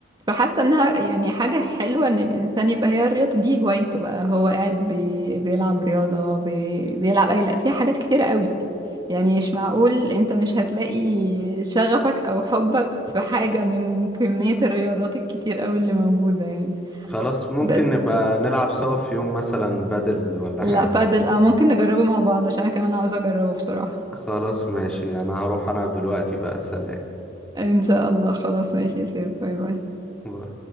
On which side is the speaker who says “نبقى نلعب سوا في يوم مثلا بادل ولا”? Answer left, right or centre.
Centre